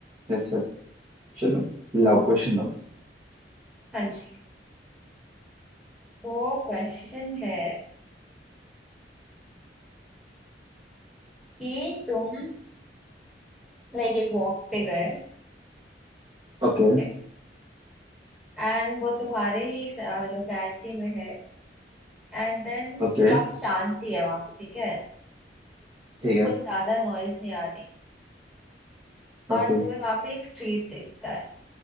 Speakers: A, on the right; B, in the centre.
A: Yes yes चलो लाओ क्वेश्चन लाओ तुम
B: हाँ जी तो क्वेश्चन है कि तुम लाइक एक वॉक पे गए
A: ओके
B: ओके एंड वो तुम्हारे ही लोकैलिटी में है एंड देन
A: ओके
B: काफी शांति है वहां पे ठीक है
A: ठीक है
B: कोई ज्यादा नॉइज नहीं आ रही और
A: ओके
B: तुम्हें वहां पे एक स्ट्रीट दिखता है